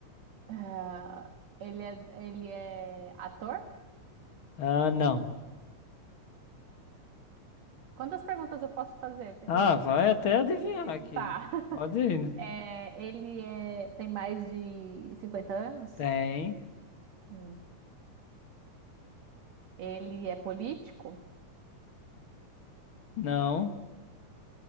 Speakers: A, on the right; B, on the left.
A: ah, ele é, ele é ator?
B: Ah, não.
A: Quantas perguntas eu posso fazer, Felipe?
B: Ah, vai até adivinhar
A: E-
B: aqui.
A: Tá. <laughs>
B: Pode ir. né?
A: É, ele é, tem mais de 50 anos?
B: Tem.
A: Hum. Ele é político?
B: Não.